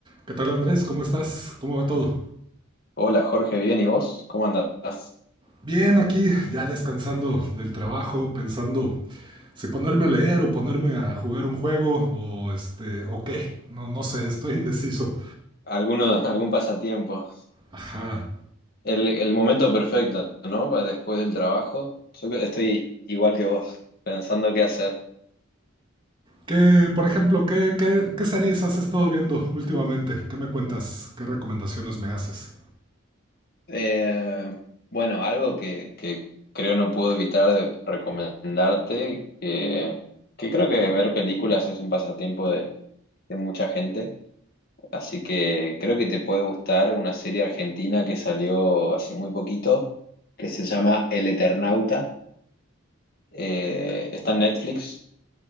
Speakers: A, on the right; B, on the left.
A: ¿Qué tal Andrés? ¿Cómo estás? ¿Cómo va todo?
B: Hola Jorge, bien, ¿y vos? ¿Cómo andás?
A: Bien, aquí ya descansando del trabajo, pensando si ponerme a leer o ponerme a jugar un juego o este o qué. No, no sé, estoy indeciso.
B: ¿Alguno, <laughs> algún pasatiempo?
A: Ajá.
B: El, el momento perfecto, ¿no? Para después del trabajo. Yo que- estoy igual que vos, pensando qué hacer.
A: ¿Qué, por ejemplo, qué, qué, qué series has estado viendo últimamente? ¿Qué me cuentas? ¿Qué recomendaciones me haces?
B: Eh, bueno, algo que, que creo no puedo evitar de recomendarte, que, que creo que ver películas es un pasatiempo de, de mucha gente, así que creo que te puede gustar una serie argentina que salió hace muy poquito, que se llama El Eternauta Eh, está en Netflix.